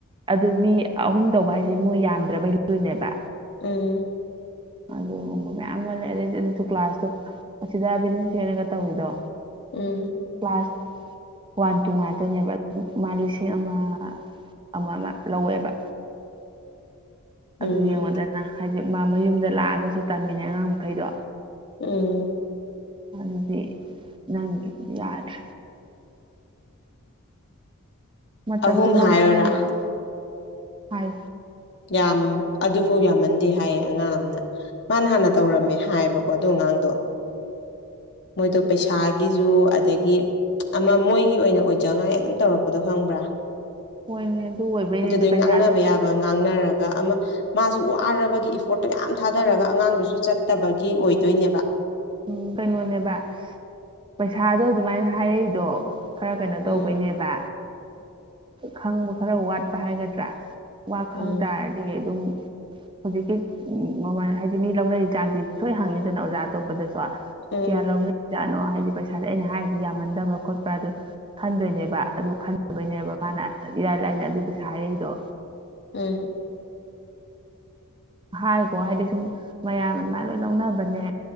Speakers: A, on the right; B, on the left.
A: ꯑꯗꯨ ꯃꯤ ꯑꯍꯨꯝ ꯇꯧꯕ ꯍꯥꯏꯁꯦ ꯃꯣꯏ ꯌꯥꯝꯗ꯭ꯔꯕꯩ ꯂꯨꯏꯅꯦꯕ
B: ꯎꯝ
A: ꯑꯗꯨꯒꯨꯝꯕ ꯃꯌꯥꯝ ꯑꯃ ꯂꯩ ꯑꯗꯩ ꯑꯗꯨ ꯀ꯭ꯂꯥꯁꯇꯣ ꯑꯁꯤꯗ ꯕꯤꯅꯤꯡ ꯁꯩꯔꯦꯡꯒ ꯇꯧꯔꯤꯗꯣ
B: ꯎꯝ
A: ꯀ꯭ꯂꯥꯁ ꯋꯥꯟ ꯇꯨ ꯉꯥꯛꯇꯅꯦꯕ ꯑꯗꯨ ꯃꯥ ꯂꯤꯁꯤꯡ ꯑꯃ ꯑꯃ ꯑꯃ ꯂꯧꯋꯦꯕ
B: ꯎꯝ
A: ꯑꯗꯨ ꯌꯦꯡꯉꯨꯗꯅ ꯍꯥꯏꯗꯤ ꯃꯥ ꯃꯌꯨꯝꯗ ꯂꯥꯛꯑꯒꯁꯨ ꯇꯝꯃꯤꯅꯦ ꯑꯉꯥꯡ ꯃꯈꯩꯗꯣ
B: ꯎꯝ
A: ꯅꯪꯗꯤ ꯅꯪ ꯌꯥꯗ꯭ꯔꯦ ꯃꯇꯝꯁꯨ
B: ꯑꯍꯨꯝ
A: ꯃꯥꯡꯉꯛꯀꯅꯦꯕ
B: ꯍꯥꯏꯔꯣꯔꯥ
A: ꯍꯥꯏ
B: ꯌꯥꯝ ꯑꯗꯨꯐꯥꯎ ꯌꯥꯝꯃꯟꯗꯦ ꯍꯥꯏꯌꯦ ꯑꯉꯥꯡ ꯑꯃꯅ ꯃꯥꯅ ꯍꯥꯟꯅ ꯇꯧꯔꯝꯃꯦ ꯍꯥꯏꯌꯦꯕꯀꯣ ꯑꯗꯨ ꯑꯉꯥꯡꯗꯣ ꯃꯣꯏꯗꯣ ꯄꯩꯁꯥ ꯊꯥꯒꯤꯖꯨ ꯑꯗꯒꯤ ꯑꯃ ꯃꯣꯏꯒꯤ ꯑꯣꯏꯅ ꯑꯣꯏꯖꯉꯥꯏ ꯑꯗꯨꯝ ꯇꯧꯔꯛꯄꯗꯣ ꯈꯪꯕ꯭ꯔꯥ
A: ꯍꯣꯏꯅꯦ ꯑꯗꯨ ꯑꯣꯏꯕꯩꯅꯤꯅꯦ
B: ꯑꯗꯨꯗꯩ
A: ꯄꯩꯁꯥꯗꯨ
B: ꯉꯥꯡꯅꯕ ꯌꯥꯕ ꯉꯥꯡꯅꯔꯒ ꯑꯃ ꯃꯥꯁꯨ ꯋꯥꯔꯕꯒꯤ ꯏꯐꯣꯔꯠꯇꯨ ꯃꯌꯥꯝ ꯊꯥꯗꯔꯒ ꯑꯉꯥꯡꯗꯨꯁꯨ ꯆꯠꯇꯕꯒꯤ ꯑꯣꯏꯗꯣꯏꯅꯦꯕ
A: ꯎꯝ ꯀꯩꯅꯣꯅꯦꯕ ꯄꯩꯁꯥꯗꯣ ꯑꯗꯨꯃꯥꯏꯅ ꯍꯥꯏꯔꯛꯏꯗꯣ ꯈꯔ ꯀꯩꯅꯣ
B: ꯎꯝ
A: ꯇꯧꯕꯩꯅꯦꯕ ꯈꯪꯕ ꯈꯔ ꯋꯥꯠꯄ ꯍꯥꯏꯒꯗ꯭ꯔꯥ ꯋꯥꯈꯪ
B: ꯎꯝ
A: ꯇꯥꯔꯗꯤ ꯁꯤ ꯑꯗꯨꯝ ꯍꯧꯖꯤꯛꯀꯤ ꯃꯃꯜ ꯍꯥꯏꯗꯤ ꯃꯤ ꯂꯧꯅꯔꯤ ꯆꯥꯡꯁꯤ ꯁꯣꯏ ꯍꯪꯉꯤꯗꯅ ꯑꯣꯖꯥ ꯑꯇꯣꯞ ꯂꯗꯁꯨ
B: ꯎꯝ
A: ꯀꯌꯥ ꯂꯧꯅꯩ ꯄꯩꯖꯥꯠꯅꯣ ꯍꯥꯏꯗꯤ ꯄꯩꯁꯥꯁꯦ ꯑꯩꯅ ꯍꯥꯏꯔꯤꯁꯦ ꯌꯥꯝꯃꯟꯗꯕꯥ ꯈꯣꯠꯄ꯭ꯔꯥ ꯑꯗꯨ ꯈꯟꯗꯣꯏꯅꯦꯕ ꯑꯗꯨ ꯈꯟꯗꯕꯩꯅꯦꯕ ꯃꯥꯅ ꯏꯔꯥꯏ ꯂꯥꯏꯅ ꯑꯗꯨꯢ ꯄꯩꯁꯥ ꯍꯥꯢꯔꯩꯗꯣ
B: ꯎꯝ
A: ꯍꯥꯏꯒꯣ ꯍꯥꯏꯗꯤ ꯁꯨꯝ ꯃꯌꯥꯝ ꯑꯗꯨꯝ ꯂꯣꯏ ꯂꯧꯅꯕꯅꯦ